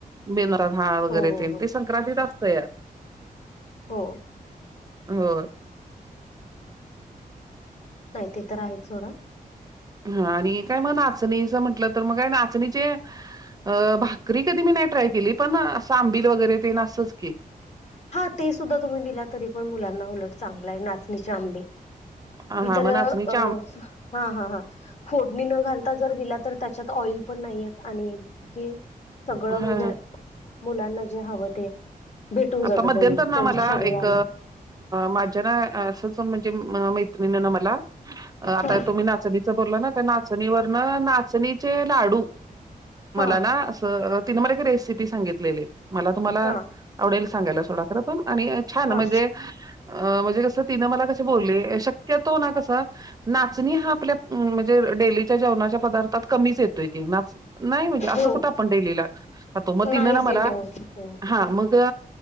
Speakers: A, on the right; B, on the left.
A: मिनरल हा वगैरेते
B: हो हो
A: ते
B: हो
A: सगळ संक्रांतीत असतया.
B: हो.
A: हो.
B: नाही ते तर आहेच सोडा.
A: हा आणि हे काय मग नाचणीचं म्हटलं तर मग काय नाचणीचे अ भाकरी कधी मी नाही ट्राय केली असं आंबील वगैरे तेन असंच की.
B: हा ते सुद्धा तुम्ही दिला तरी पण मुलांना उलट चांगला आहे नाचणीचे आंबील.
A: हा
B: ती तर
A: मग
B: अ
A: नाचणीच्या
B: हा हा फोडणी न घाल घालता जर दिला तर त्याच्यात ऑइल पण नाही येत आणि की सगळं
A: हा
B: म्हणजे मुलांना जे हवं ते भेटून जातं
A: आता मध्यंतर
B: त्यांनी
A: ना
B: त्यांच्या
A: मला
B: शरीराला
A: एक माझ्या ना असच ते मैत्रीणन मला आता
B: हा
A: तुम्ही नाचणी च बोलाना त्या नाचणीवर ना नाचणीचे लाडू
B: हा
A: मला ना अस तिने मलाका एक रेसिपी सांगितलेली मला तुम्हाला
B: हा
A: <unintelligible> सांगायला सोडा पण आणि छान
B: हा
A: म्हणजे अ म्हणजे कस तिनं मला कसे बोलले शक्यतो ना कसा नाचणी हा आपल्या म्हणजे डेलीच्या जेवणाच्या पदार्थात कमीच येतोय की नाच नाही म्हणजे असं
B: हो
A: कुठं आपण डेलीला खातो मग तिनं
B: नाहीच
A: ना मला
B: येते हो हो
A: हा मग त